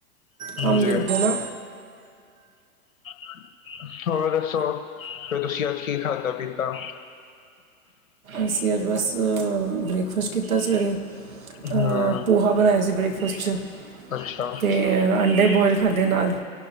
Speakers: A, on the right; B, on the left.
A: ਕੰਮ
B: ਜੀ
A: ਦੇ ਓ ਬੋਲੋ
B: <unintelligible> ਹੋਰ ਦੱਸੋ ਫੇਰ ਤੁਸੀਂ ਅੱਜ ਕੀ ਖਾਧਾ-ਪੀਤਾ।
A: ਅਸੀਂ ਅੱਜ ਬਸ ਬ੍ਰੇਕਫਾਸਟ ਕੀਤਾ ਸਵੇਰੇ
B: ਹਮ
A: ਅ ਪੋਹਾ ਬਣਾਇਆ ਸੀ ਬ੍ਰੇਕਫਾਸਟ ਚ
B: ਅੱਛਾ।
A: ਤੇ ਅੰਡੇ ਬੋਇਲ ਖਾਧੇ ਨਾਲ।